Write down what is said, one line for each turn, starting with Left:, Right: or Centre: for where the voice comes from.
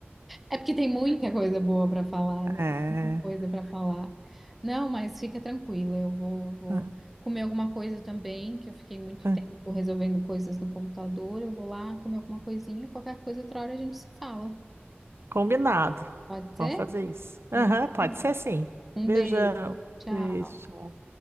Centre: É porque tem muita coisa boa para falar, né?
Right: É,
Centre: Muita coisa para falar. Não, mas fica tranquila, eu vou, vou
Right: <laughs>
Centre: comer alguma coisa também, que eu fiquei muito
Right: é,
Centre: tempo
Right: é.
Centre: resolvendo coisas no computador. Eu vou lá comer alguma coisinha, qualquer coisa outra hora a gente se fala.
Right: combinado.
Centre: Pode
Right: Vamos
Centre: ser?
Right: fazer isso. Aham,
Centre: Então
Right: pode
Centre: tá bom.
Right: ser sim.
Centre: Um
Right: Beijão.
Centre: beijo. Tchau.
Right: Beijo.